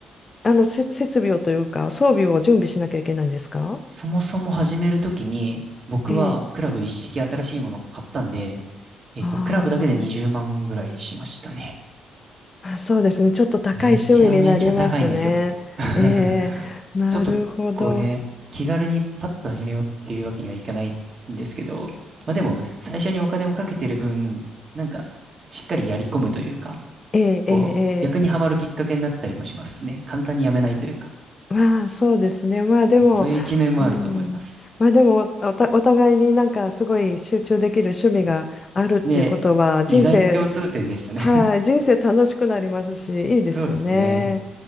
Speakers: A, on the left; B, on the right.
A: あのせ設備をというか装備を準備しなきゃいけないんですか
B: そもそも始めるときに、僕はクラブ一式新しいものを買ったんで、
A: ええ。
B: えっと、
A: あ
B: クラブだけで20万ぐらいしましたね。
A: ーあ、そうですね。ちょっと高い趣味になりますね。
B: めちゃめちゃ高いんですよ。<laughs>
A: ええ、なるほど。
B: ちょっと、こうね、気軽にパッと始めようっていうわけにはいかないんですけど、まあでも、最初にお金をかけてる分、なんか、しっかりやり込むというか、
A: ええ、
B: こう、
A: ええ、ええ
B: 逆にはまるきっかけになったりもしますね。簡単にやめないというか、
A: まあそうですね。まあでも、
B: なんかそういう一面もあると思います。
A: うん。まあでもお、お互いになんかすごい集中できる趣味があるっていうことは人生
B: ねえ、意外な共通点でしたね
A: はい、人生楽しくなりますし、いいですよね。
B: そうですね。